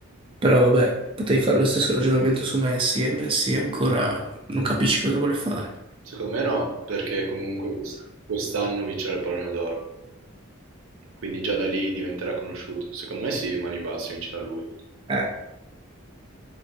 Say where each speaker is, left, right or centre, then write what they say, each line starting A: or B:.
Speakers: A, on the right; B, on the right.
A: Però vabbè, potevi fare lo stesso ragionamento su Messi e Messi ancora non capisci cosa vuole fare.
B: Secondo me no, perché comunque quest- quest'anno vincerà il pallone d'oro. Quindi già da lì diventerà conosciuto. Secondo me sì, mani basse, vincerà lui.
A: Eh.